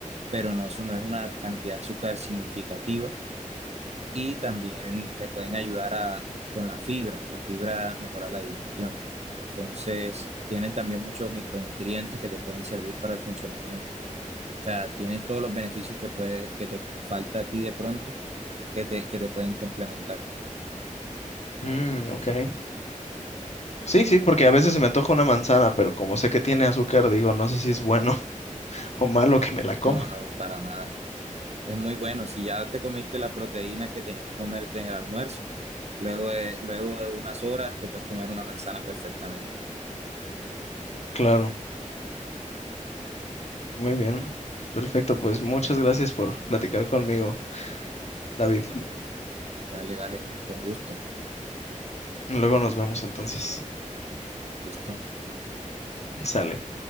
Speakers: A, on the right; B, on the left.
A: pero no, eso no es una cantidad de azúcar significativa. Y también te pueden ayudar a, con la fibra, la fibra mejora la digestión. Entonces, tienen también muchos micronutrientes que te pueden servir para el funcionamiento. O sea, tienen todos los beneficios que puede, que te falta a ti de pronto, que te, que te pueden complementar.
B: Mm, ok. Sí, sí, porque a veces se me antoja una manzana, pero como sé que tiene azúcar, digo, no sé si es bueno <laughs> o malo que me la coma.
A: No, no, para nada. Es muy bueno. Si ya te comiste la proteína que tenías que comerte en el almuerzo, luego de, luego de unas horas te puedes comer una manzana perfectamente.
B: Claro. Muy bien. Perfecto, pues muchas gracias por platicar conmigo, David.
A: Dale, dale, con gusto.
B: Luego nos vemos entonces.
A: Listo.
B: Sale.